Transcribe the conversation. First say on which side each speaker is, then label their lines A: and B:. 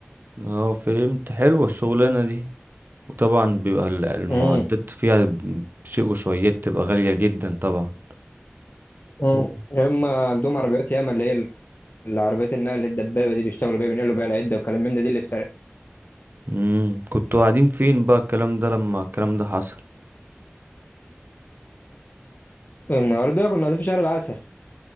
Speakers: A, on the right (about 50°); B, on the left (about 50°).
A: اه فهمت حلوة الشغلانة دي وطبعا بيبقى ال- المعدات
B: امم
A: فيها ب- بشيء وشويات تبقى غالية جدا طبعا
B: امم
A: و-
B: هم عندهم عربيات ياما اللي هي العربيات النقل الدبابه دي بيشتغلوا بيها بينقلوا بيها العده وكلام من ده دي اللي اتسرقت
A: مم. كنتوا قاعدين فين بقى الكلام ده لما الكلام ده حصل
B: النهارده كنا قاعدين في شارع العسل